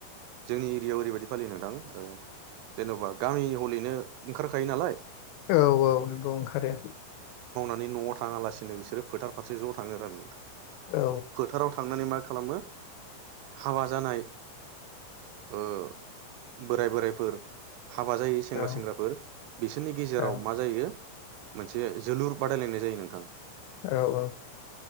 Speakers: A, on the right; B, on the left.
A: जों एरियाव ओरैबादि बिदि फालियो नोंथां ओ जेन'बा गामि हलैनो ओंखारखायो नालाय
B: औ औ नंगौ ओंखारो।
A: माने न'आव थाङा लासिनो बिसोरो फोथार फारसे ज' थाङो राननो
B: औ
A: फोथाराव थांनानै मा खालामो हाबा जानाय ओ बोराय बोरायफोर हाबा जायै सेंग्रा
B: औ
A: सेंग्राफोर बिसोरनि गेजेराव
B: औ
A: मा जायो मोनसे जोलुर बादायलायनाय जायो नोंथां
B: औ औ